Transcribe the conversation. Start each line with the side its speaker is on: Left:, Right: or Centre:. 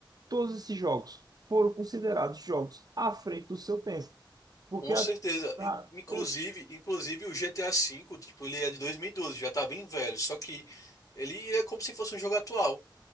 Right: todos esses jogos foram considerados jogos à frente do seu tempo. Porque
Left: Com
Right: a,
Left: certeza.
Right: a,
Left: I- Inclusive,
Right: oxi,
Left: inclusive o GTA V, tipo, ele é de 2012, já tá bem velho, só que ele é como se fosse um jogo atual,